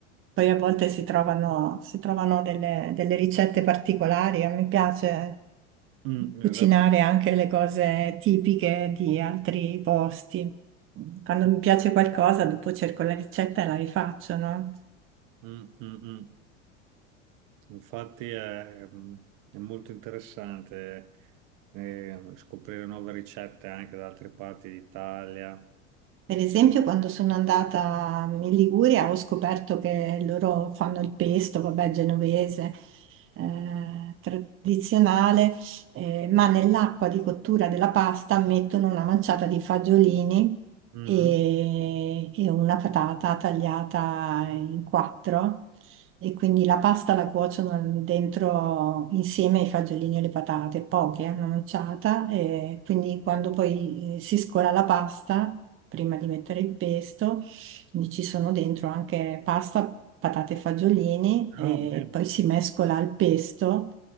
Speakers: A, on the right; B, on the right.
A: poi a volte si trovano, si trovano delle, delle ricette particolari. A me piace
B: Mm,
A: cucinare
B: esatto.
A: anche le cose tipiche di altri posti. Quando
B: Mm,
A: mi piace qualcosa, dopo cerco la ricetta e la rifaccio, no?
B: mm, mm. mm. Infatti è, ehm, è molto interessante eh, scoprire nuove ricette anche da altre parti d'Italia.
A: Per esempio, quando sono andata in Liguria ho scoperto che loro fanno il pesto, vabbè, genovese, eh, tradizionale, eh, ma nell'acqua di cottura della pasta mettono una manciata di fagiolini
B: Mm.
A: e, e una patata tagliata in quattro. E quindi la pasta la cuociono dentro insieme ai fagiolini e le patate, poche, eh, una manciata, e quindi quando poi eh, si scola la pasta, prima di mettere il pesto, quindi ci sono dentro anche pasta, patate e fagiolini, e
B: Ah, bene.
A: poi si mescola al pesto